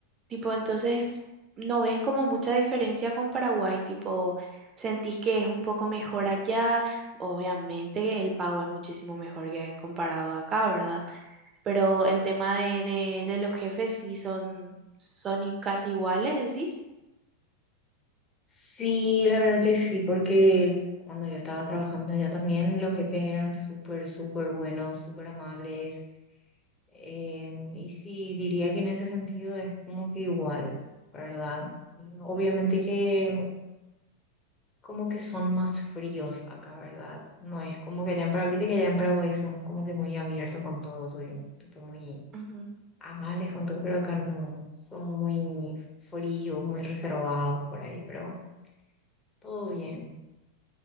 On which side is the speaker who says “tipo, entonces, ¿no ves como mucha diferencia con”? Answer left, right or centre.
Right